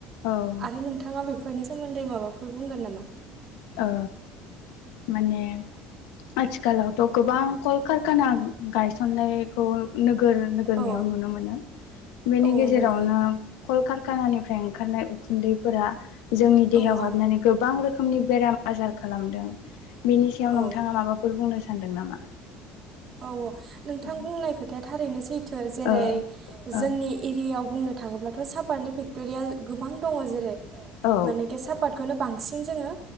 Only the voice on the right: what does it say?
आरो नोंथांङा बेफोरनि सोमोन्दै माबाफोर बुंगोन नामा?
औ
औ
नंगौ
औ औ
औ
औ औ नोंथां
बुंनाय खोथाया थारैनो सैथो जेरै
जोंनि एरियायाव बुंनो थाङोब्लाथ' सापातनि फेक्टरिया गोबां दङ जेरै
मानेखे सापातखोनो बांसिन जोंङो